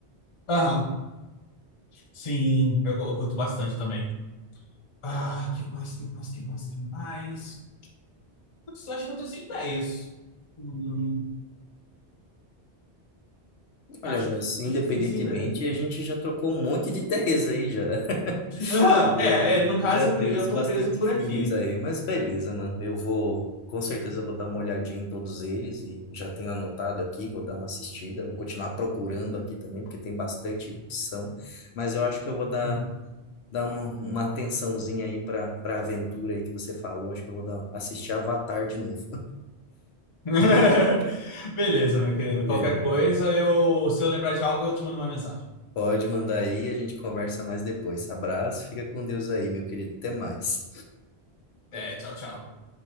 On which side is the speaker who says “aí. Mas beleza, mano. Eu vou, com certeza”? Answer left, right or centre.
Left